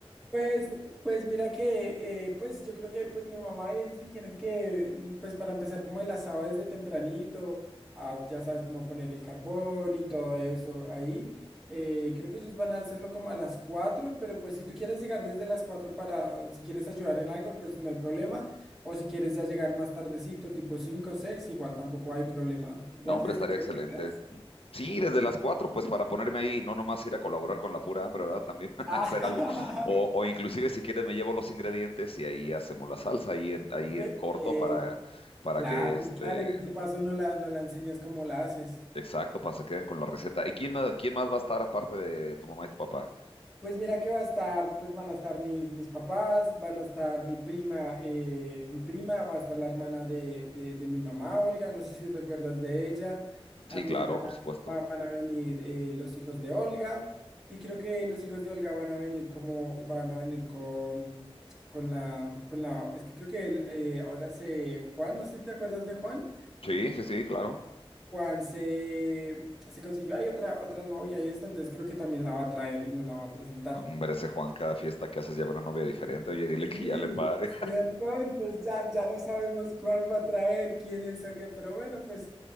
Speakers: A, in the centre; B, on the left (about 70°).
A: Pues, pues mira que, eh, pues yo creo que pues mi mamá y ellos dijeron que, mm, pues para empezar como el asado desde tempranito, ah, ya sabes cómo poner el carbón y todo eso ahí, eh, creo que ellos van a hacerlo como a las 4, pero pues si tú quieres llegar desde las 4 para, si quieres ayudar en algo, pues no hay problema, o si quieres ya llegar más tardecito, tipo 5 o seis igual tampoco hay problema, igual
B: No, hombre,
A: desde
B: estaría
A: que
B: excelente.
A: vengas. <laughs>
B: Sí, desde las cuatro, pues para ponerme ahí, no nomás ir a colaborar con la pura hambre, ¿verdad? También <laughs>
A: Ah,
B: hacer algo. O, o inclusive si quieres me llevo los ingredientes y ahí hacemos la salsa ahí en, ahí
A: Pues,
B: en corto
A: eh,
B: para, para
A: claro,
B: que este,
A: y claro, y de paso no la, no la enseñas cómo la haces.
B: exacto, para que se queden con la receta. ¿Y quién más, quién más va a estar aparte de tu mamá y tu papá?
A: Pues mira que va a estar, pues van a estar mis, mis papás, van a estar mi prima, eh, mi prima, va a estar la hermana de, de, de mi mamá, Olga, no sé si te acuerdas de ella. También
B: Sí, claro,
A: van
B: por
A: a,
B: supuesto.
A: va- van a venir eh, los hijos de Olga. Y creo que los hijos de Olga van a venir como, van a venir con, con la, con la, es que creo que el, eh, ahora se, Juan, no sé si te acuerdas de Juan.
B: Sí, sí, sí, claro.
A: Juan se, se consiguió hay otra, otra novia y esto, entonces creo que también la va a traer y nos la va a presentar.
B: Hombre, ese Juan, cada fiesta que haces lleva una novia diferente. Oye, dile
A: sí
B: que ya le pare.
A: ¿cierto? Entonces ya, ya no sabemos cuál va a traer, quién es o qué, pero bueno, pues